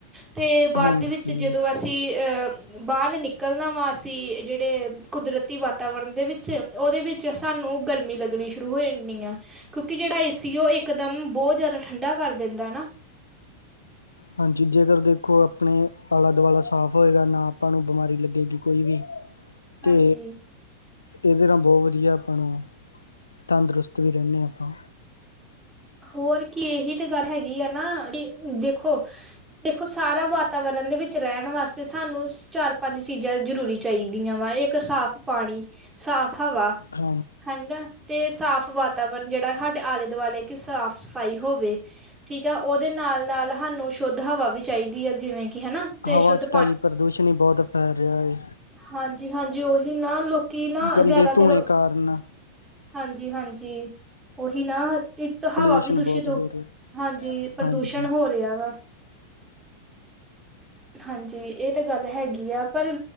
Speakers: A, on the right; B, on the left.
A: ਤੇ ਬਾਦ
B: ਹਾਂਜੀ,
A: ਦੇ ਵਿੱਚ ਜਦੋਂ ਅਸੀਂ ਅਹ। ਬਾਹਰ ਨਿਕਲਣਾ ਵਾ ਅਸੀਂ ਜੇੜੇ ਕੁਦਰਤੀ ਵਾਤਾਵਰਨ ਦੇ ਵਿੱਚ, ਉਹਦੇ ਵਿੱਚ। 'ਚ ਸਾਨੂੰ ਗਰਮੀ ਲੱਗਣੀ ਸ਼ੁਰੂ ਹੋ ਜਾਣੀ ਆ, ਕਿਉਂਕਿ ਜੇੜਾ ਏ ਸੀ ਉਹ ਇੱਕ ਇਕਦਮ ਬਹੁਤ ਜਿਆਦਾ ਠੰਡਾ ਕਰ ਦਿੰਦਾ ਨਾ।
B: ਹਾਂਜੀ ਜੇਕਰ ਦੇਖੋ ਆਪਣੇ ਆਲਾ ਦੁਆਲਾ ਸਾਫ ਹੋਏਗਾ ਨਾ ਆਪਾਂ ਨੂੰ ਬਿਮਾਰੀ ਲੱਗੇਗੀ ਕੋਈ ਵੀ। ਤੇ
A: ਹਾਂਜੀ।
B: ਇਹਦੇ ਨਾਲ ਬਹੁਤ ਵਧੀਆ ਆਪਾਂ ਨੂੰ, ਤੰਦਰੁਸਤ ਵੀ ਰਹਿੰਦੇ ਆਂ ਆਪਾਂ।
A: ਹੋਰ ਕੀ, ਇਹੀ ਤੇ ਗੱਲ ਹੈਗੀ ਆ ਨਾ ਅ ਦੇਖੋ। ਦੇਖੋ ਸਾਰਾ ਵਾਤਾਵਰਨ ਦੇ ਵਿੱਚ ਰਹਿਣ ਵਾਸਤੇ ਸਾਨੂੰ ਸ ਚਾਰ- ਪੰਜ ਚੀਜ਼ਾਂ ਜ਼ਰੂਰੀ ਚਾਹੀਦੀਆਂ ਵਾ ਇੱਕ ਸਾਫ ਪਾਣੀ, ਸਾਫ ਹਵਾ
B: ਹਾਂ
A: ਹੰਗਾ, ਤੇ ਸਾਫ ਵਾਤਾਵਰਨ ਜਿਹੜਾ ਸਾਡੇ ਆਲੇ ਦੁਆਲੇ ਕਿ ਸਾਫ ਸਫਾਈ ਹੋਵੇ। ਠੀਕ ਹੈ ਉਹਦੇ ਨਾਲ -ਨਾਲ ਹਾਨੂੰ ਸ਼ੁੱਧ ਹਵਾ ਵੀ ਚਾਹੀਦੀ ਹੈ ਜਿਵੇਂ ਕਿ ਹਨਾ। ਤੇ
B: ਹਵਾ
A: ਸ਼ੁੱਧ
B: 'ਚ ਤਾਂ ਜੀ ਪ੍ਰਦੂਸ਼ਣ ਹੀ ਬਹੁਤ ਫੈਲ ਰਿਹਾ ਏ
A: ਹਾਂਜੀ- ਹਾਂਜੀ ਉਹੀ ਨਾ ਲੋਕੀ ਨਾ
B: ਗੰਦੇ
A: ਜਿਆਦਾਤਰ
B: ਧੂੰਏ ਕਾਰਨ
A: ਹਾਂਜੀ- ਹਾਂਜੀ, ਉਹੀ ਨਾ। ਇਕ
B: ਪੋਲਿਊਸ਼ਨ
A: ਹਵਾ ਵੀ ਦੂਸ਼ਿਤ
B: ਬਹੁਤ
A: ਹੋ,
B: ਰਿਹਾ
A: ਹਾਂਜੀ ਪ੍ਰਦੂਸ਼ਣ
B: ਹਾਂਜੀ।
A: ਹੋ ਰਿਹਾ ਵਾ। ਹਾਂਜੀ ਇਹ ਤੇ ਗੱਲ ਹੈਗੀ ਆ, ਪਰ